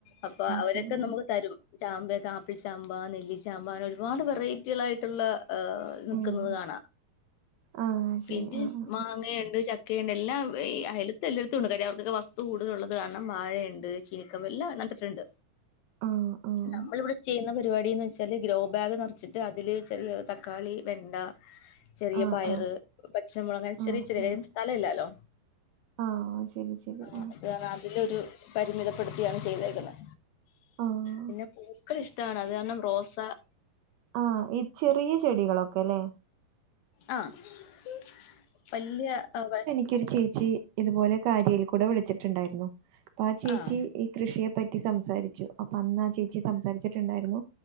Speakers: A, on the left (about 75°); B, on the right (about 75°).
A: അപ്പ അവരൊക്കെ
B: ശരി
A: ന്നമുക്ക് തരും. ചാമ്പയൊക്കെ ആപ്പിൾചാമ്പ നെല്ലിച്ചാമ്പ അങ്ങനെ ഒരുപാട് വെറൈറ്റികളായിട്ടുള്ള ഏ ന്നിക്കുന്നത്
B: ഉം
A: കാണാ
B: ആഹ് ശരി
A: പിനെ
B: ആഹ്
A: മാങ്ങയുണ്ട് ചക് ക്കയിണ്ട് എല്ലാവ് ഈ അയലത്ത് എല്ലോര്ത്തുണ്ട് കാര്യം അവർക്കൊക്കെ വസ്തു കൂടുതലുള്ളത് കാരണം വാഴയ്ണ്ട്. ചിനിക്കമ്പ് എല്ലാന്നട്ട് ട്ട് ണ്ട്.
B: ആഹ് ആഹ്
A: ന്നമ്മള്വ്ടെ ചെയ്യുന്ന പരിപാടിന്ന് വെച്ച ചാല് ഗ്രോ ബാഗ് ന്നറച്ചിട്ട് അതില് ചെറിയ തക്കാളി വെണ്ട. ചെറിയ
B: ആഹ്
A: പയറ്
B: ആഹ്
A: പച്ചമുളക് അങ്ങനെ
B: ആഹ്
A: ചെറിയ ചെറിയ
B: ആഹ്
A: സ്ഥലം ഇല്ലാലോ.
B: ആഹ് ശരി ശരി
A: ആ
B: ആഹ്
A: ഇത്പറഞാ അതിലൊരു പരിമിതപ്പെടുത്തിയാണ് ചെയ്തേക്കുന്നെ.
B: ആഹ്
A: പിനെ പൂക്കളിഷ്ട്ടവാണ് അത് കാരണം റോസ
B: ആ ഈ ച്ചെറിയ ചെടികളൊക്കെലെ
A: ആ ത് വല്യാ സവ്-
B: എക്കൊരു ചേച്ചി ഇതുപോലെ കാര്യേൽ കൂടെ വിളിച്ച് ട്ട്ണ്ടാ യ്രുന്നു അപ്പൊ ആ ചേച്ചി
A: ആഹ്
B: കൃഷിയെ പറ്റി സംസാരിച്ചു അപ്പ അന്നാ ചേച്ചി സംസാരിച്ചിട്ട് ണ്ടായിരുന്നു